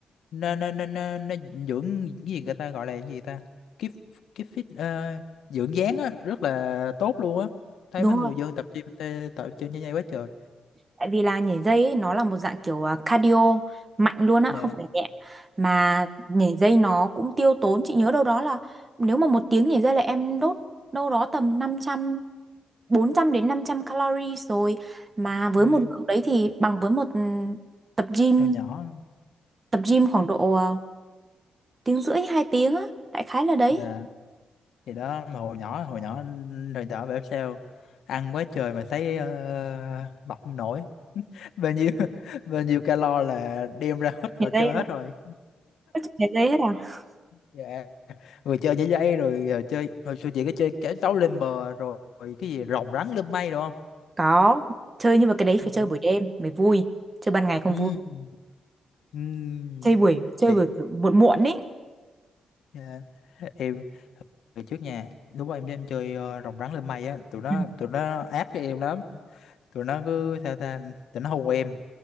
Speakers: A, on the left; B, on the right.
A: nên nên nên nên nên dưỡng cái gì người ta gọi là cái gì ta keep keep fit ờ, dưỡng dáng á rất là tốt luôn á thấy
B: đúng
A: mấy người
B: rồi
A: dân tập gym tê- tập chơi nhảy dây quá trời
B: tại vì là nhảy dây ấy, nó là một dạng kiểu à, cardio mạnh luôn á
A: dạ
B: không phải nhẹ mà nhảy dây nó cũng tiêu tốn chị nhớ đâu đó là nếu mà một tiếng nhảy dây là em đốt đâu đó tầm năm trăm bốn trăm đến 500 calories rồi mà với
A: ừ,
B: một lượng đấy thì bằng với một ừ, tập gym
A: hồi nhỏ
B: tập gym khoảng độ à, tiếng rưỡi hai tiếng á đại khái là đấy
A: dạ thì đó mà hồi nhỏ hồi nhỏ hồi nhỏ bảo sao ăn quá trời mà thấy uh, mập không nổi <laughs> bao nhiêu <laughs> bao nhiêu calo là đem ra hết
B: Nhảy
A: trò chơi
B: dây
A: hết
B: là
A: rồi
B: có chụp nhảy dây hết à?
A: dạ vừa chơi nhảy dây rồi ờ, chơi hồi xưa chị có chơi cái đấu lên bờ rồi cái gì rồng rắn lên mây đúng không
B: có chơi nhưng mà cái đấy phải
A: Đó.
B: chơi buổi đêm mới vui chơi ban ngày không
A: ừ
B: vui
A: ừ
B: chơi buổi chơi
A: chị
B: buổi muộn muộn ý
A: dạ. em về trước nhà lúc mà em em chơi ờ, rồng rắn lên mây á tụi nó
B: Ừ.
A: tụi nó ác với em lắm tụi nó cứ sao ta tụi nó hù em